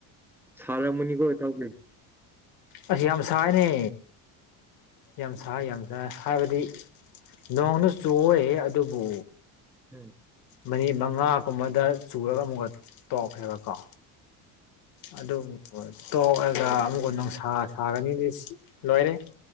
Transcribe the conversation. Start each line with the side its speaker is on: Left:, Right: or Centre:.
Centre: ꯁꯔꯥ ꯃꯅꯤꯒꯣꯦ ꯇꯥꯎ
Left: ꯑꯁꯤ ꯌꯥꯝ ꯁꯥꯏꯅꯦ ꯌꯥꯝ ꯁꯥꯏ ꯌꯥꯝ ꯁꯥꯏ ꯍꯥꯏꯕꯗꯤ ꯅꯣꯡꯗ ꯆꯨ ꯑꯗꯨꯕꯨ
Centre: ꯎꯝ
Left: ꯃꯅꯤ ꯃꯉꯥꯒꯨꯝꯕꯗ ꯆꯨꯔꯒ ꯑꯃꯨꯛꯀ ꯇꯣꯛꯈ꯭ꯔꯦꯕꯀꯣ ꯑꯗꯨꯗ ꯇꯣꯛꯂꯒ ꯑꯃꯨꯛꯀ ꯅꯨꯡꯁꯥ ꯁꯥꯒꯅꯤꯗꯤ ꯂꯣꯏꯔꯦ